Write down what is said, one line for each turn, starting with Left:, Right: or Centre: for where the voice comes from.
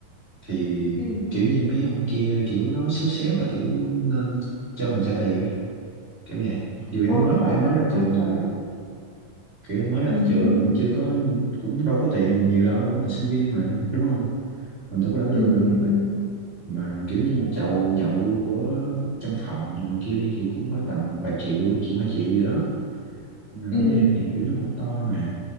Right: thì
Left: ừ
Right: kiểu như mấy ông kia kiểu nói xéo xéo là kiểu nên cho mình trả tiền á kiểu vậy mặc dù em
Left: ô
Right: mới mà
Left: trời
Right: em mới ra trường
Left: ô trời
Right: mà kiểu mới ra
Left: ừ
Right: trường
Left: hứ,
Right: chưa có cũng đâu có tiền nhiều đâu mình sinh viên mà đúng không mình đâu có lãnh lương
Left: ừ
Right: đâu
Left: ừ ừ
Right: mà kiểu như một chầu nhậu của trong phòng mình kia đi thì cũng khoảng tầm vài triệu triệu hai triệu gì đó mà đối
Left: ừ
Right: với em thì kiểu nó cũng to mà